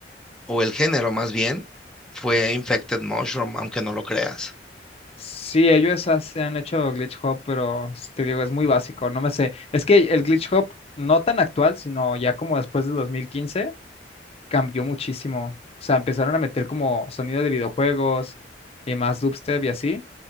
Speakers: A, in the centre; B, on the left (about 35°).
A: o el género más bien, fue Infected Mushroom, aunque no lo creas.
B: Sí, ellos hace- han hecho glitch hop, pero s- te digo, es muy básico, no me sé. Es que el glitch hop, no tan actual, sino ya como después de 2015, cambió muchísimo. O sea, empezaron a meter como sonido de videojuegos y más dubstep y así.